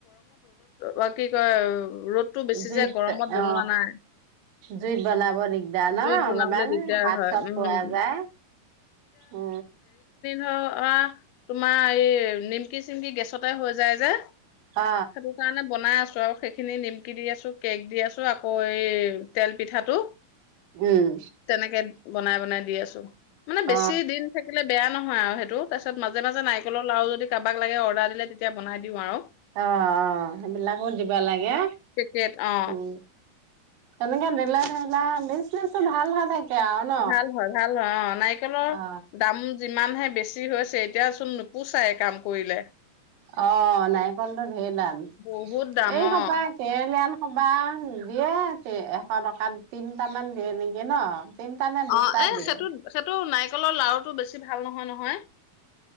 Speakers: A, on the left; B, on the right.
A: বাকী কৰে আৰু।। ৰ'দটো বেছি
B: জুইত
A: যে।। গৰমত বনোৱা
B: অ
A: নাই,
B: জুইত বনাব দিগদাৰ ন
A: জুইত
B: অলপমান
A: বনাবলৈ দিগদাৰ
B: হাত
A: হয়
B: চাত
A: উম।
B: পোৰা যায়। উ
A: অ ধৰা, তোমাৰ এই নিমকি চিমকি গেছতে হৈ যায় যে। সেইটো
B: অ অ
A: কাৰণে বনাই আছোঁ আৰু সেই।। খিনি নিমকি দি আছোঁ। কেক্ দি আছো আকৌ এই তেল পিঠাটো।।
B: উম।
A: তেনেকে বনাই বনাই দি আছোঁ। মানে
B: অ
A: বেছি দিন থাকিলে বেয়া নহ। অ আৰু সেইটো তাৰপছত মাজে মাজে নাৰিকলৰ লাৰু যদি কাৰোবাক লাগে অৰ্ডাৰ দিলে তেতিয়া বনাই দিওঁ আৰু
B: অ অ সেইবিলাকো দিবা লাগে
A: কিকেত অ
B: উম তেনেকে নেলা ধেলা বিজনেচটো ভাল হয় থাকে আৰু ন
A: ভাল হয় ভাল হয় অ নাৰিকলৰ
B: অ
A: দাম যিমানহে বেছি হৈছে এতিয়া চোন নুপোচাই কাম কৰিলে
B: অ নাৰিকলটো ঢেৰ দাম
A: বহুত দাম
B: এই
A: অ
B: সোপা কেৰেলীয়ান কবাত দিয়ে এশ টকাত তিনটামান দিয়ে নেকি ন তিনটা নে দুটা
A: অ এ
B: দিয়ে
A: সেইটো সেইটো নাই নাৰিকলৰ লাৰুটো বেছি ভাল নহয় নহয়